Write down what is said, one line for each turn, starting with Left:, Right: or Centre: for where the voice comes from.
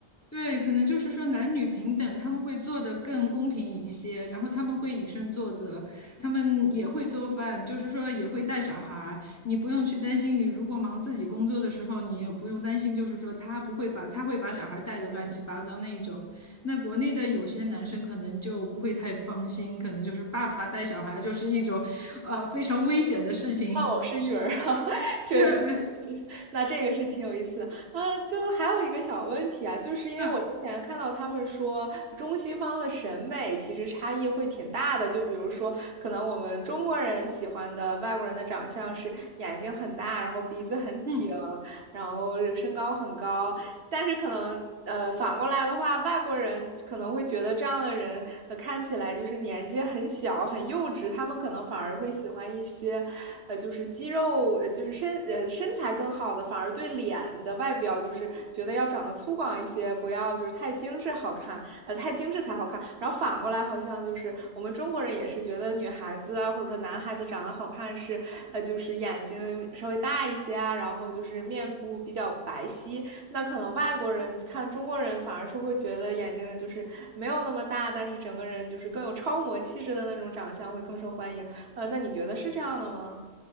Left: 对，可能就是说男女平等，他们会做得更公平一些，然后他们会以身作则，他们也会做饭，就是说也会带小孩儿，你不用去担心，你如果忙自己工作的时候，你也不用担心，就是说他不会把他会把小孩儿带的乱七八糟那一种。那国内的有些男生可能就不会太放心，可能就是爸爸带小孩就是一种，呃，非常危险的事情。
Right: 哦，是育儿啊，<laughs> 确实，
Left: <laughs>
Right: 那这个是挺有意思的啊。就还有一个小问题啊，就是因为我之前看到他们说中西方的审美其实差异会挺大的，
Left: 对，嗯
Right: 就比如说，可能我们中国人喜欢的外国人的长相是眼睛很大，然后鼻子很挺，
Left: 嗯。
Right: 然后身高很高，但是可能。呃，反过来的话，外国人可能会觉得这样的人，呃看起来就是年纪很小、很幼稚，他们可能反而会喜欢一些呃，就是肌肉，呃，就是身呃身材更好的，反而对脸的外表就是觉得要长得粗犷一些，不要就是太精致好看，呃，太精致才好看。然后反过来，好像就是我们中国人也是觉得女孩子啊，或者说男孩子长得好看是，呃，就是眼睛稍微大一些啊，然后就是面部比较白皙。那可能外国人看中国人，反而是会觉得眼睛就是没有那么大，但是整个人就是更有超模气质的那种长相会更受欢迎。呃，那你觉得是这样的吗？